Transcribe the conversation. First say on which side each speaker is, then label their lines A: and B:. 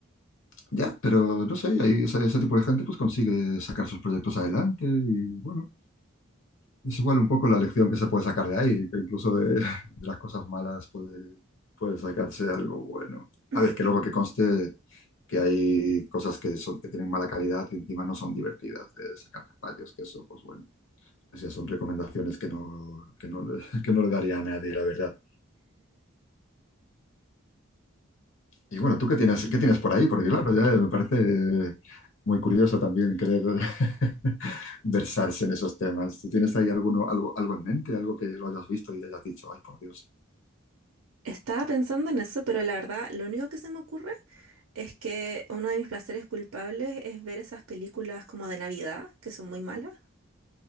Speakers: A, on the left; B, on the right.
A: Ya, pero no sé, ahí ese, ese tipo de gente pues consigue sacar sus proyectos adelante y bueno, es igual un poco la lección que se puede sacar de ahí, que incluso de, <laughs> de las cosas malas puede, puede sacarse algo bueno.
B: <laughs>
A: A ver, que luego que conste que hay cosas que son, que tienen mala calidad y encima no son divertidas de sacar fallos, que eso, pues bueno, O sea, son recomendaciones que no, que no, le- <laughs> que no le daría a nadie, la verdad. Y bueno, ¿tú qué tienes, qué tienes por ahí? Porque claro, ya me parece muy curioso también querer <laughs> versarse en esos temas. ¿Tú tienes ahí alguno, algo, algo en mente, algo que lo hayas visto y hayas dicho, ay, por Dios?
B: Estaba pensando en eso, pero la verdad, lo único que se me ocurre es que uno de mis placeres culpables es ver esas películas como de Navidad, que son muy malas.